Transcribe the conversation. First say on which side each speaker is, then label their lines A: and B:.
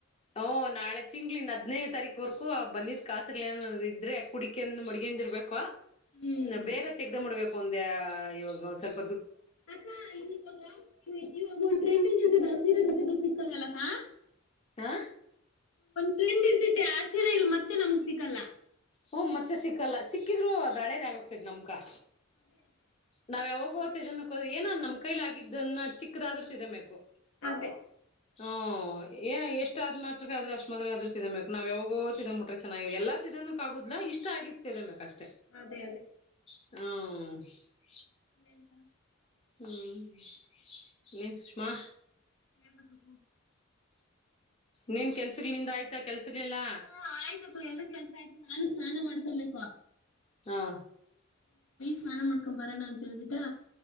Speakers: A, on the left; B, on the left.
A: ಓಹ ನಾಳೆ ತಿಂಗ್ಳ್ ಇನ್ ಹದ್ನನೇ ತಾರೀಕ್ ವರ್ಕೂ ಬಂದಿದ್ದ್ ಕಾಸಗಳ್ ಏನನ ಇದ್ರೆ ಕುಡಿಕಂದ್ ಮಡ್ಗಂದಿರ್ಬೇಕು.
B: ಹ್ಮ್
A: ನಾ ಬೇಗ ತೆಗ್ದ ಮಾಡ್ಬೇಕ್ ಕೊಂದೆ ಇವಾಗ್ ಒನ್ ಸ್ವಲ್ಪ್
B: ಅಕ್ಕ ಇವಗ ಇವಾಗ ಒಂದು ಟ್ರೆಂಡಿಂಗ್ ಇತದ ಆ ಸೀರ ಜೊತೆ ಬ್ಲೌಸ್ ಸಿಕ್ಗಲಕ್ಕ.
A: ಆ
B: ಟ್ರೆಂಡ್ ಇರ್ತೈತೆ ಆ ಸೀರೆಗ್ಳು ಮತ್ತೆ ನಮ್ಗ್ ಸಿಕ್ಕಲ್ಲ.
A: ಹ್ಮ ಮತ್ತೆ ಸಿಕ್ಕಲ್ಲ ಸಿಕ್ಕಿದ್ರು ಅದು ಹಳೇದು ಆಗೋಗತದ ನಮ್ಗ ಕಾ ನಾವು ಯಾವಾಗ ಒಗ್ತಿದ ಏನ ನಮ್ ಕೈಲ ಆಗಿದ್ದನ್ನ ಚಿಕ್ಕದಾದ್ರ ತಿದಬೇಕು
B: ಅದೇ
A: ಹ ಏ ಎಷ್ಟ್ ಆದ್ ಮಾತ್ರಗ ಆದ್ರ ಅಷ್ಟ್ ಮೊದ್ಲಗ ಅದ್ರ ತಿಂದಬೇಕು ನಾವ್ ಯಾವಾಗೋ ಚಿದಂಬಟ್ರೆ ಚೆನ್ನಗೆಲಾ ತಿದನ್ ಕಾಗುದ್ಲಾ ಇಷ್ಟ ಆಗಿದ ತಿಂದಂಬೆಕ್ ಅಷ್ಟ
B: ಅದೇ ಅದೇ
A: ಹ್ಮ
B: <unintelligible>
A: ಹ್ಮ್ ಏನ್ ಸುಷ್ಮಾ
B: ಹೇಳ್ಬೇಕು.
A: ನೀನ್ ಕೆಲ್ಸಗಳಿಂದ ನಿಂದ ಆಯ್ತಾ ಕೆಲ್ಸ ಗಳೆಲ್ಲ
B: ಹಾ ಆಯ್ತಪ್ಪ ಎಲ್ಲ ಕೆಲ್ಸ ಆಯ್ತು ನಾನು ಸ್ನಾನ ಮಾಡ್ಕೊಂಬೇಕು
A: ಹಾ
B: ಸ್ನಾನ ಮಾಡ್ಕೊಂಡ ಬರೋಣ ಅಂತೇಳ್ಬಿಟಾ